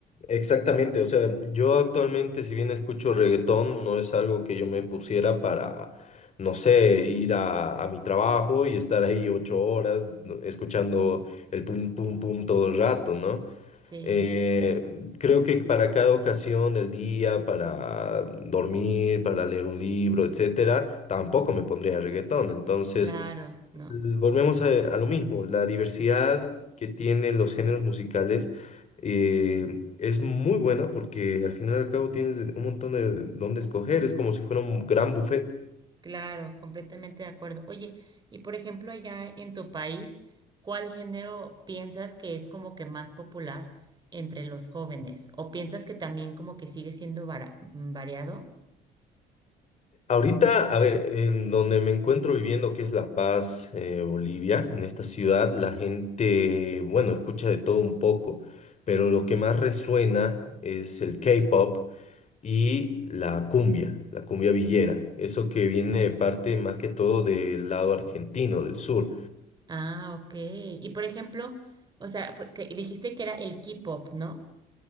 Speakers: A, on the left; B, on the right.
A: Exactamente, o sea, yo actualmente si bien escucho reggaetón, no es algo que yo me pusiera para, no sé, ir a, a mi trabajo y estar ahí ocho horas no, escuchando el pum pum pum todo el rato, ¿no?
B: Sí,
A: Eh, creo que para cada ocasión del día, para dormir, para leer un libro, etcétera, tampoco me pondría reggaetón. Entonces,
B: claro, ¿no?
A: Volvemos a, a lo mismo, la diversidad que tienen los géneros musicales eh, es muy buena porque al final y al cabo tienes un montón de dónde escoger, es como si fuera un gran buffet.
B: Claro, completamente de acuerdo. Oye, y por ejemplo, allá en tu país, ¿cuál género piensas que es como que más popular entre los jóvenes? ¿O piensas que también como que sigue siendo vara- variado?
A: Ahorita, a ver, en donde me encuentro viviendo, que es La Paz, eh, Bolivia, en esta ciudad, la gente, bueno, escucha de todo un poco, pero lo que más resuena es el K-pop y la cumbia, la cumbia villera, eso que viene de parte más que todo del lado argentino, del sur.
B: Ah, ok. Y por ejemplo, o sea, porque dijiste que era el K-pop, ¿no?